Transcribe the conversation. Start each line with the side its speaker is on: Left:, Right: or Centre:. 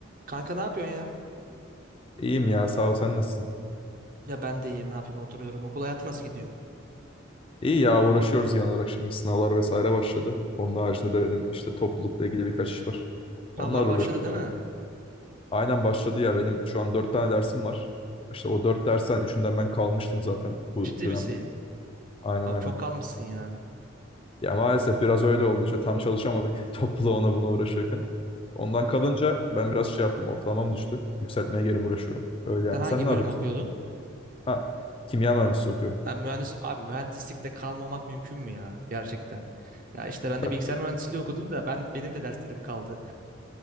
Right: Kanka ne yapıyorsun ya?
Left: İyiyim ya sağ ol sen nasılsın?
Right: Ya ben de iyiyim ne yapayım oturuyorum. Okul hayatı nasıl gidiyor?
Left: İyi ya uğraşıyoruz genel olarak şimdi sınavlar vesaire başladı. Onun haricinde de benim işte toplulukla ilgili birkaç iş var.
Right: Sınavlar
Left: Onlar uğraşıyorum.
Right: başladı değil mi?
Left: Aynen başladı ya benim şu an dört tane dersim var. İşte o dört dersten üçünden ben kalmıştım zaten bu
Right: Ciddi
Left: dönem.
Right: misin?
Left: baş- Aynen
Right: Abi
Left: aynen.
Right: çok kalmışsın ya.
Left: Ya maalesef biraz öyle oldu işte tam çalışamadık <laughs> topluluğa ona buna uğraşıyorken. Ondan kalınca ben biraz şey yaptım ortalamam düştü. Yükseltmeye geri uğraşıyorum. Öyle yani
Right: Sen hangi
Left: sen ne
Right: bölüm
Left: yapıyorsun?
Right: okuyordun?
Left: Ha kimya mühendisliği okuyorum.
Right: Ben mühendis abi mühendislikte kalmamak mümkün mü ya gerçekten? Ya işte ben
Left: Tabii
Right: de bilgisayar
Left: tabii.
Right: mühendisliği okudum da ben benim de derslerim kaldı.